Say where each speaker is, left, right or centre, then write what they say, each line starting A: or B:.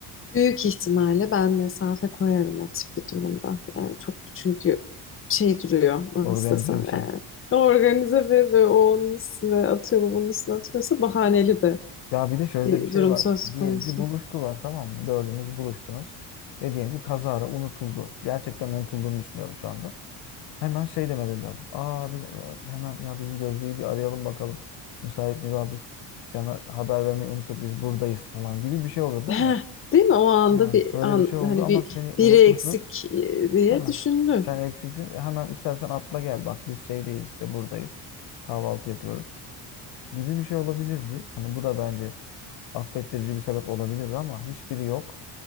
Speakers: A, on the left; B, on the left.
A: büyük ihtimalle ben mesafe koyarım o tip bir durumda. Yani çok çünkü şey duruyor nasıl
B: organize
A: desem
B: bir şey.
A: yani. Organize ve, ve o onun üstüne atıyor bu bunun üstüne atıyorsa bahaneli de
B: Ya bir de şöyle
A: bir
B: de bir şey
A: durum
B: var.
A: söz konusu.
B: Diyelim ki buluştular tamam mı? Dördünüz buluştunuz. Ve diyelim ki kazara unutuldu. Gerçekten unutulduğunu düşünüyorum şu anda. Hemen şey demeleri lazım. Aa biz e, hemen ya bizim Gözde'yi bir arayalım bakalım. Müsait mi? Ya biz sana haber vermeyi unuttuk biz buradayız falan gibi bir şey olur
A: <laughs>
B: değil
A: Heh,
B: mi?
A: değil mi? O anda
B: Hı.
A: bir
B: Böyle
A: an,
B: bir şey oldu
A: hani
B: ama
A: bir
B: seni unutmuşuz.
A: biri eksik e, diye
B: Ha.
A: düşünülür.
B: Sen eksiksin. Hemen istersen atla gel bak biz şeydeyiz işte buradayız. Kahvaltı yapıyoruz gibi bir şey olabilirdi. Hani bu da bence affettirici bir sebep olabilirdi ama hiçbiri yok.